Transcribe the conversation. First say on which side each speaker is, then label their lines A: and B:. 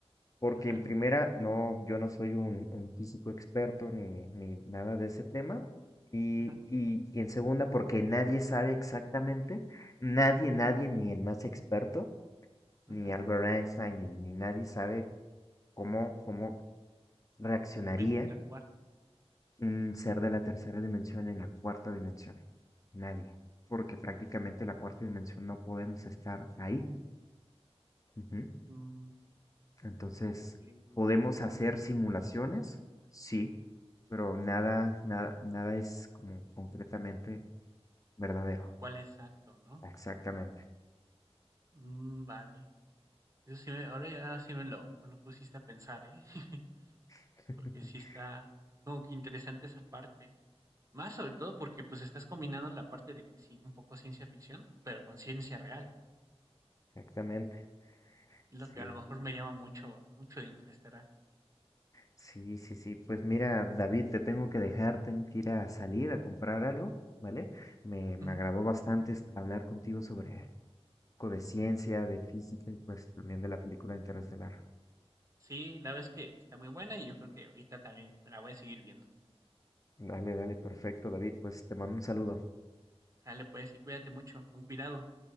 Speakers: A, on the left; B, on the right.
A: Porque
B: Ajá,
A: en primera, no, yo no soy un, un físico experto ni, ni nada de ese tema. Y,
B: ajá,
A: y, y en segunda, porque nadie sabe exactamente, nadie, nadie, ni el más experto, ni
B: ajá.
A: Albert Einstein, ni, ni nadie sabe cómo, cómo reaccionaría
B: Realmente la cuarta.
A: un ser de la tercera dimensión en la cuarta dimensión. Nadie. Porque prácticamente la cuarta dimensión no podemos estar ahí. Ujú.
B: Mm.
A: Entonces,
B: Sí,
A: ¿podemos hacer simulaciones? Sí, pero nada, nada, nada es como concretamente verdadero.
B: tal cual, exacto, ¿no?
A: Exactamente,
B: Mm, vale. Eso sí me, ahora ya sí me lo, me lo pusiste a pensar, ¿eh? <laughs>
A: <laughs>
B: Porque sí está como que interesante esa parte. Más sobre todo porque pues estás combinando la parte de que sí, un poco ciencia ficción, pero con ciencia real.
A: exactamente.
B: Es
A: Sí,
B: lo que a lo mejor me llama mucho, mucho de Interestelar.
A: sí, sí, sí. Pues mira, David, te tengo que dejar, tengo que ir a salir a comprar algo, ¿vale? Me, me
B: Ujú.
A: agradó bastante es- hablar contigo sobre un poco de ciencia, de física y pues también de la película Interestelar.
B: Sí, la verdad es que está muy buena y yo creo que ahorita también me la voy a seguir viendo.
A: Dale, dale, perfecto, David. Pues te mando un saludo.
B: Sale pues y cuídate mucho, con cuidado.